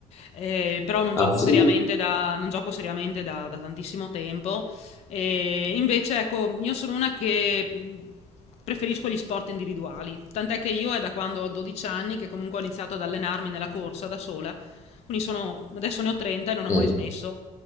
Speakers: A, on the left; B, on the left.
A: Eh, però non gioco
B: Ah sì?
A: seriamente da, non gioco seriamente da da tantissimo tempo. E invece, ecco, io sono una che mh, preferisco gli sport individuali. Tant'è che io è da quando ho 12 anni che comunque ho iniziato ad allenarmi nella corsa da sola. Quindi sono, adesso ne ho 30 e non ho mai
B: Mm.
A: Mm. smesso.